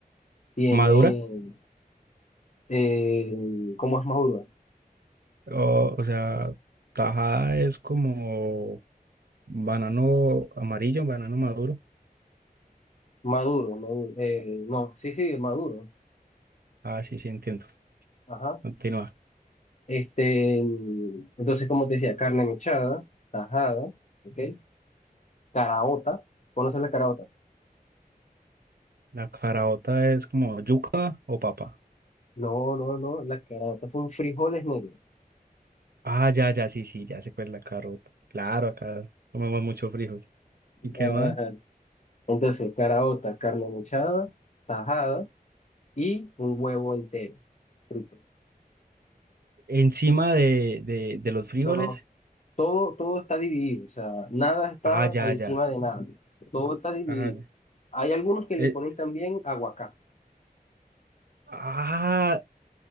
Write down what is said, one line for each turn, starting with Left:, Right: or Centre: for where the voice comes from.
Left: Tiene,
Right: ¿Madura?
Left: eh, ¿cómo es maduro?
Right: O, o sea, tajada es como banano amarillo, banano maduro.
Left: Maduro, maduro, eh, no, sí, sí, maduro,
Right: Ah, sí, sí, entiendo.
Left: ajá.
Right: Continúa.
Left: Este, entonces, como te decía, carne mechada, tajada, ¿ok? Caraota, ¿conoces la caraota?
Right: La caraota es como yuca o papa.
Left: No, no, no, la caraota son frijoles negros.
Right: Ah, ya, ya, sí, sí, ya sé cuál es la carota. Claro, acá comemos mucho frijol. ¿Y qué
Left: Ah,
Right: más?
Left: ajá. Entonces, caraota, carne mechada, tajada y un huevo entero, frito.
Right: Encima de, de, de los frijoles.
Left: No, no, Todo, todo está dividido, o sea, nada está
Right: Ah, ya,
Left: encima
Right: ya.
Left: de nada, todo está dividido.
Right: Ah, ya.
Left: Hay algunos que
Right: Eh,
Left: le ponen también aguacate,
Right: ah,